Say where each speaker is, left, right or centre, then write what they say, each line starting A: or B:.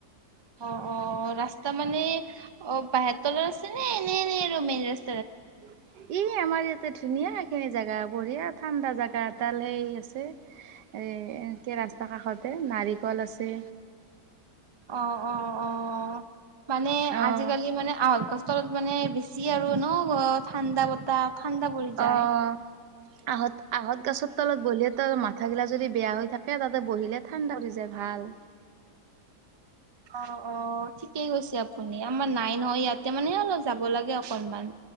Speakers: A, on the right (about 40°); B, on the right (about 80°).
A: অ', অ', ৰাস্তা মানে অ', বাহেঁৰ তলত আছে নে এনে এনে আৰু মেইন ৰাস্তা।
B: ই আমাৰ ইয়াত এতে ধুনীয়া এইখিনি জেগা বঢ়িয়া ঠাণ্ডা জাগা এডাল সেই আছে। এই এন্‌কে ৰাস্তা কাষতে নাৰিকল আছে
A: অ অ অ', মানে
B: অ',
A: আজিকালি মানে আহত গছৰ তলত মানে বেছি আৰু ন'। ঠাণ্ডা বতাহ ঠাণ্ডা পৰি যায়।
B: অ'। আহঁত আহঁত গছৰ তলত বহিলে ত মাথাগিলা যদি বেয়া হৈ থাকে তাতে বহিলে ঠাণ্ডা পৰি যায় ভাল।
A: অ' অ', ঠিক। ঠিকেই কৈছে আপুনি আমাৰ নাই নহয় ইয়াতে মানে অলপ যাব লাগে অকনমান।